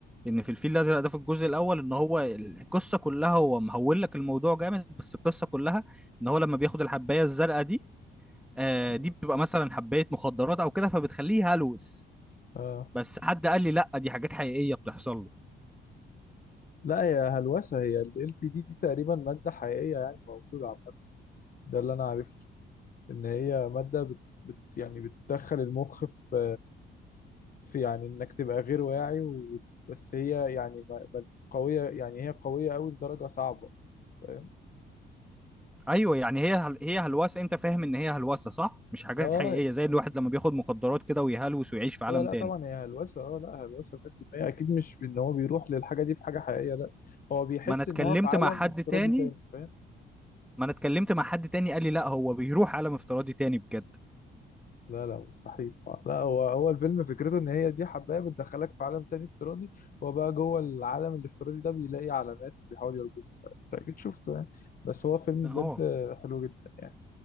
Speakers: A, in the centre; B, on the left.
A: ان في الفيل الازرق ده في الجزء الاول ان هو القصه كلها هو مهول لك الموضوع جامد بس القصه كلها ان هو لما بياخد الحبايه الزرقاء دي آه
B: آه.
A: دي بتبقى مثلا حبايه مخدرات او كده فبتخليه هلوس
B: اه
A: بس حد قال لي لا دي حاجات حقيقية بتحصل له
B: لا هي هلوسة هي ال LPD دي دي تقريبا مادة حقيقية يعني موجودة عامة ده اللي أنا عرفته إن هي مادة بت, بت يعني بتدخل المخ في في يعني إنك تبقى غير واعي و... بس هي يعني ما- ما- قوية يعني هي قوية قوي لدرجة صعبة فاهم
A: ايوه يعني هي هل... هي هلوسة انت فاهم ان هي هلوسة صح مش حاجات
B: اه
A: حقيقية زي الواحد لما بياخد مخدرات كده ويهلوس ويعيش في عالم
B: هي لا
A: تاني
B: طبعا هي هلوسة اه لا هلوسة 100% أكيد مش في إن هو بيروح للحاجة دي بحاجة حقيقية لا هو بيحس
A: ما انا اتكلمت
B: إن هو في عالم
A: مع حد
B: افتراضي
A: تاني
B: تاني فاهم
A: ما انا اتكلمت مع حد تاني قال لي لا هو بيروح عالم افتراضي تاني بجد
B: لا لا مستحيل لا هو هو الفيلم فكرته ان هي دي حبايه بتدخلك في عالم تاني افتراضي هو بقى جوه العالم الافتراضي ده بيلاقي علامات فبيحاول يربطها انت اكيد شفته يعني بس هو فيلم
A: اه
B: بجد حلو جدا يعني